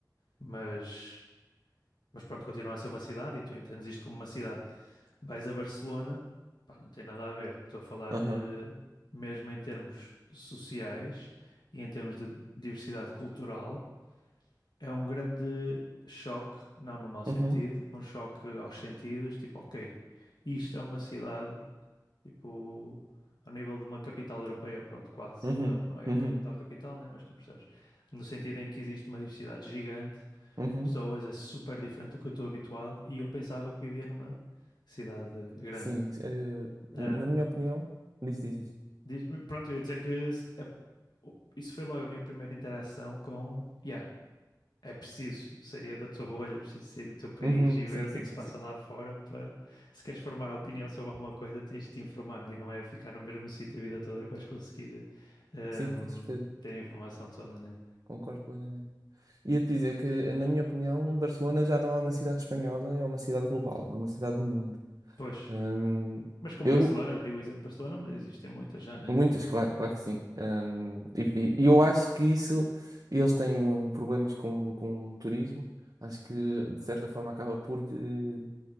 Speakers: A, on the left; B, on the right.
A: mas Mas pronto, continua a ser uma cidade e tu entendes isto como uma cidade. Vais a Barcelona, pá, não tem nada a ver. Estou a falar
B: Aham.
A: de, mesmo em termos sociais e em termos de diversidade cultural, é um grande choque, não no mau
B: Uhum,
A: sentido, um choque aos sentidos, tipo, ok, isto é uma cidade, tipo, ao nível de uma capital europeia, pronto, quase.
B: uhum,
A: Ah, Não é
B: uhum,
A: capital, capital, né? Mas tu percebes. No sentido em que existe uma diversidade gigante
B: uhum.
A: pessoas, é super diferente do que eu estou habituado e eu pensava que vivia numa cidade grande.
B: Sim, eh,
A: Ahm,
B: na minha opinião, diz, diz, diz.
A: diz- pronto, eu ia dizer que se- é- o- isso foi logo a minha primeira interação com, yeah, é preciso sair da tua bolha, é preciso sair do teu país
B: Uhum,
A: e ver
B: Sim,
A: o
B: sim,
A: que é que
B: sim,
A: se passa
B: sim.
A: lá fora para, se queres formar opinião sobre alguma coisa, tens de te informar e não é ficar no mesmo sítio a vida toda que vais conseguir ahm,
B: Sim, com certeza.
A: ter a informação toda, né?
B: Concordo plenamente. Ia-te dizer que, na minha opinião, Barcelona já não é uma cidade espanhola, é uma cidade global, é uma cidade do mundo.
A: Pois,
B: Hum,
A: mas com
B: eu,
A: Barcelona, dei o exemplo de Barcelona, mas existem muitas já, né?
B: muitas, claro, claro que sim. Hum, e, e- e eu acho que isso, eles têm problemas com, com o turismo, acho que de certa forma acaba por eh,